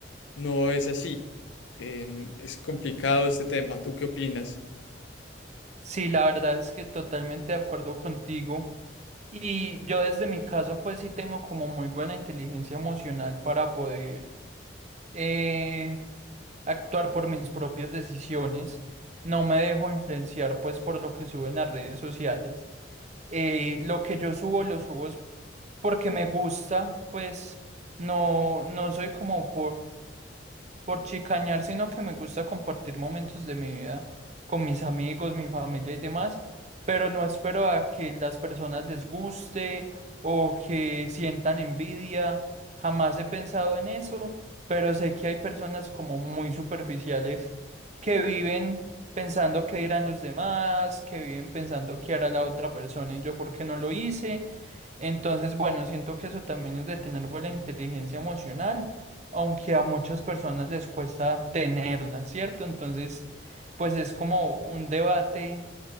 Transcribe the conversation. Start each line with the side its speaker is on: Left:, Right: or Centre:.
Left: no es así. Em, es complicado este tema. ¿Tú qué opinas?
Right: Sí, la verdad es que totalmente de acuerdo contigo y yo desde mi caso pues sí tengo como muy buena inteligencia emocional para poder eh, actuar por mis propias decisiones. No me dejo influenciar pues por lo que suben las redes sociales. eh, lo que yo subo, lo subo es porque me gusta, pues no, no soy como por chicañar, sino que me gusta compartir momentos de mi vida con mis amigos, mi familia y demás, pero no espero a que las personas les guste o que sientan envidia. Jamás he pensado en eso, pero sé que hay personas como muy superficiales que viven pensando qué dirán los demás, que viven pensando qué hará la otra persona y yo por qué no lo hice. Entonces, bueno, siento que eso también es de tener buena inteligencia emocional aunque a muchas personas les cuesta tenerla, ¿cierto? Entonces, pues es como un debate,